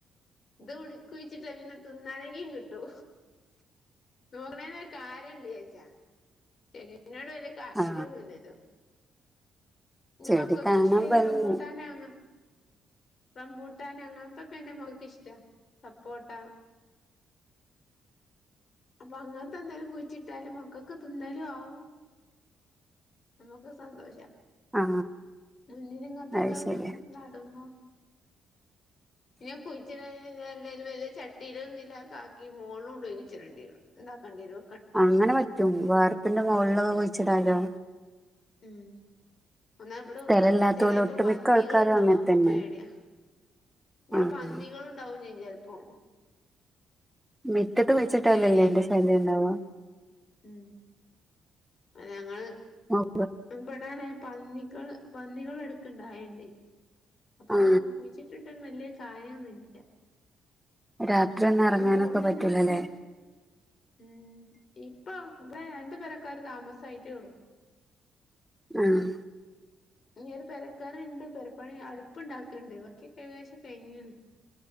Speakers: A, on the left (about 50°); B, in the centre.
A: ഇത് കുടി കുഴിച്ചിട്ട പിന്നെ തിന്നാനെങ്കും കിട്ടൂ. നോർണന ഒരു കാര്യംണ്ട് വെച്ചാ <unintelligible> വല്യകാര്യന്നുലലോ.
B: ആ
A: പിനെ
B: ചെടി
A: മക്കക്കുഷ്ടായി
B: കാണാൻ ഭംഗി
A: റമ്പുട്ടാനാന്ന്. റംമ്പൂട്ടാൻ അങ്ങത്തൊക്കെ ഇന്റെ മോൾക്കിഷ്ട സപ്പോട്ട. അപ്പൊ അങ്ങത്തെന്തേലും കുഴിച്ചിട്ടാല് മക്കൾക്ക് തിന്നലാവും. നമുക്ക് സന്തോഷാ
B: ആ
A: മുന്നിലിങ്ങത്തൊക്കെ
B: അത് ശരി
A: നടുമ്പോ. പിന്നെ കുയിച്ച് <unintelligible> എാലും വല്യ ചട്ടിലും എന്തിലും ആക്കി മോളുൽ കൊണ്ടോയിച്ചിടണ്ട്യരും. ഇണ്ടാക്കണ്ട്യരു.
B: അങ്ങനെ പറ്റും വാർപ്പിന്റെ മോളിലൊക്കെ കുഴിച്ചിടാലോ.
A: ഉം ഒന്നഇപ്പടെ
B: സ്ഥലമില്ലാത്ത
A: ചെലേപ്പം
B: പോലെ ഒട്ടുമിക്ക
A: പന്നികളുണ്ടാവും
B: ആൾക്കാരും അങ്ങനെ
A: അപ്പൊ
B: തന്നെ
A: പേടിയാ. ഇവിടെ
B: ആ
A: പന്നികളുണ്ടാവും
B: ആ.
A: ചെയും ചെലപ്പോ.
B: മിറ്റത്ത്
A: അപ്പം
B: വെച്ചിട്ടല്ലല്ലേ
A: പേടിയാ
B: അയിന്റെ ശല്യണ്ടാവാ.
A: ഉം. അഞങ്ങള്.
B: വ.
A: ഇപെടാണെ പന്നികള് പന്നികൾ എട്ക്കണ്ടാ വെൽണ്ട് അപ്പൊ
B: ആ
A: കുഴിച്ചിട്ട്ട്ട് വല്യകാര്യൊന്നുല്യ.
B: രാത്രി ഒന്നും എറങ്ങാനൊക്കെ
A: കൂടുന്നതിന്
B: പറ്റൂലല്ലേ.
A: മുന്നേ ഉം ഇപ്പൊ ഇമ്പടെ രണ്ട്‌പെരക്കാര് താമസായിട്ടേള്ളൂ.
B: ആഹ്‌.
A: ഇനി ഒരു പെരക്കാരിണ്ട് പെരപ്പണി അടുപ്പ്ണ്ടാക്കണ്ട് ബാക്കിയക്കെകദേശ്യം കയിഞ്ണ്.